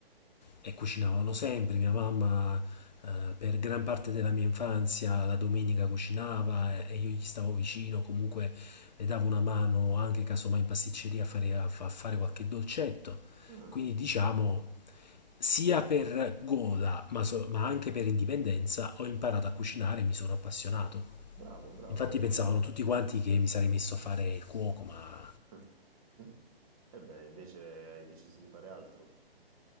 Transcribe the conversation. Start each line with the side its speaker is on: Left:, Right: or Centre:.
Left: e cucinavano sempre. Mia mamma eh, per gran parte della mia infanzia la domenica cucinava e, e io gli stavo vicino, comunque le davo una mano anche casomai in pasticceria a fare, a fa- a fare qualche dolcetto.
Right: ah,
Left: Quindi diciamo sia per gola ma, so- ma anche per indipendenza ho imparato a cucinare e mi sono appassionato.
Right: bravo, bravo.
Left: Infatti
Right: E
Left: pensavano
Right: qual è?
Left: tutti quanti che mi sarei messo a fare il cuoco, ma
Right: <laughs> E beh, invece hai deciso di fare altro.